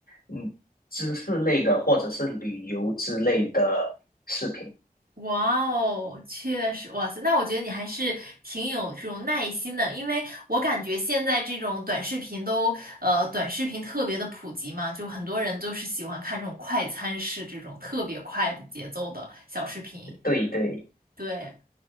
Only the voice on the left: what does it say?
嗯知识类的或者是旅游之类的视频。
对对。